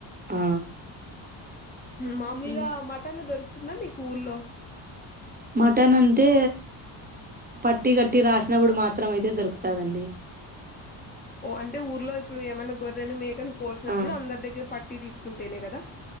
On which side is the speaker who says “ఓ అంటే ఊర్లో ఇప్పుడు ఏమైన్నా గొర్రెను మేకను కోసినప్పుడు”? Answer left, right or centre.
Left